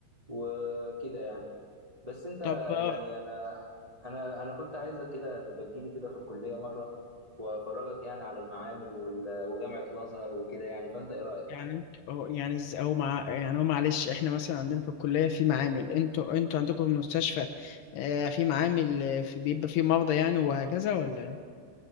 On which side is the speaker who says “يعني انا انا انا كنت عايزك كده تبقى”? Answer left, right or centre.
Right